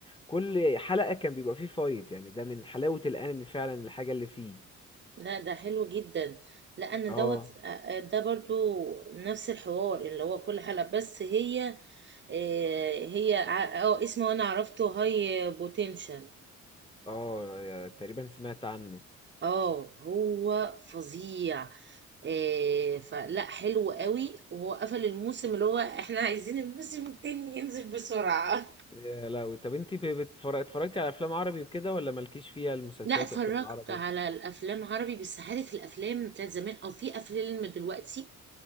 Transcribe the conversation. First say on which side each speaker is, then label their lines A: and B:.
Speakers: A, on the left (about 15°); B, on the right (about 40°).
A: كل حلقة كان بيبقى فيه فايت يعني ده من حلاوة الأنمي فعلا الحاجة اللي فيه
B: لا ده حلو جدا لا انا
A: اه
B: دوت آه، آه، ده برضو نفس الحوار اللي هو كل حلقه بس هي آه، هي ع- اه اسمه انا عرفته هاي بوتنشال
A: اه تقريبا سمعت عنه
B: اه هو فظيع آه، فلا حلو قوي وهو قفل الموسم اللي هو احنا عايزين الموسم التاني ينزل بسرعة
A: يا لهوي طب انت ب- بتفر- اتفرجتي على افلام عربي وكده ولا مالكيش فيها
B: <laughs>
A: المسلسلات
B: لا اتفرجت
A: وافلام العربي
B: على الافلام عربي بس عارف الافلام بتاعت زمان او في افلام دلوقتي